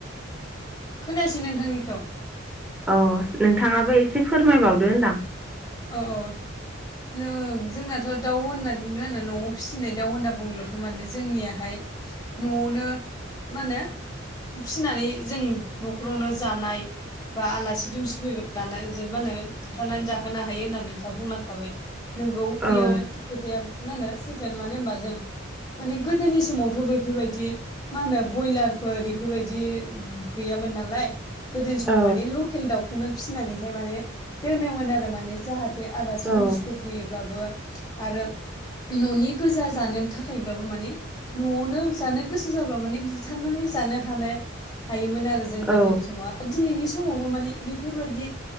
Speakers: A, on the left; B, in the centre.
A: खोनासै नोंथांनिखौ।
B: अ नोंथाङाबो एसे फोरमायबावदो होनदां।
A: अ अ जों जोंनाथ' दाउ होननानै न'आव फिसिनाय दाउ होनना बुंल'थ' मानो जोंनियाहाय न'आवनो माने फिनानै जों न'खरावनो जानाय बा आलासि दुमसि फैबायलानो जोब मानो बुथारनानै जाखो होनो हायो होनना नोंथाङा बुंलांखाबाय नोंगौ बियो
B: औ
A: खोथाया मा होनो सैथोानो मानोे हबा जों माने गोदोनि समावथ' बैफोरबायदि मा होनो ब्रयलारफोर इफोरबायदि गैयामोन नालाय गोदोनि समाव
B: औ
A: माने लकेल दाउखौनो फिसिनानैहाय माने दोनोमोन आरो माने जाहाथे आलासि
B: औ
A: दुमसिफोर होैयोब्लाबो आरो न'नि गोजा जानो थाखायब्लाबो माने न'आवनो जानो गोसो जाब्ला माने बुथारनानै जानो हानो हायोमोन आरो जों
B: औ
A: गोदोनि समाव दिनैनि समावबो माने बेफोरबायदि